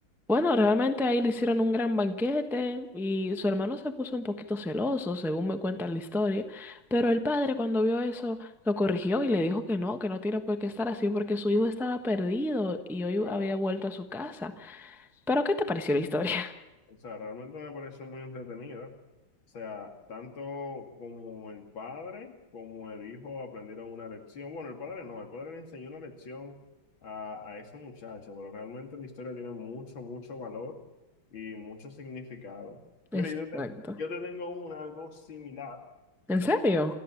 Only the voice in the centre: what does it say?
Bueno, realmente ahí le hicieron un gran banquete y su hermano se puso un poquito celoso, según me cuenta la historia, pero el padre cuando vio eso lo corrigió y le dijo que no, que no tiene por qué estar así porque su hijo estaba perdido y hoy
había vuelto a su casa. Pero ¿qué te pareció la historia?
<laughs>
Exacto.
¿En serio?